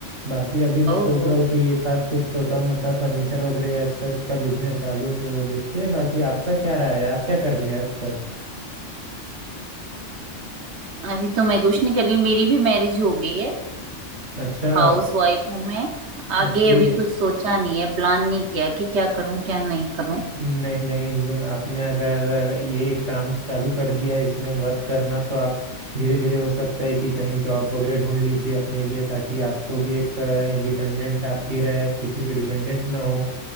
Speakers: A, on the right; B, on the right.
A: बाकी अभी मैं सोच
B: ओहो
A: रहा हूँ कि एक हाथ कुछ छोटा मोटा फर्नीचर वगैरह ऐसा सच का बिजनेस डालूँ तो देखते हैं बाकी आपका क्या राय है आप क्या कर रही है आजकल
B: अभी तो मैं कुछ नहीं कर रही मेरी भी मैरिज हो गई है
A: अच्छा
B: हाउस वाइफ हूँ मैं आगे
A: ओके
B: अभी कुछ सोचा नहीं है प्लान नहीं किया कि क्या करूं क्या नहीं करूं
A: नहीं नहीं मैं- आपने अगर अगर ये काम चालू कर दिया है इसमें वर्क करना तो आप धीरे धीरे हो सकता है कि कहीं जॉब वगैरह ढूंढ लीजिए अपने लिए ताकि आपको भी एक इंडिपेंडेंट आप भी रहे किसी पे डिपेंडेंट ना हो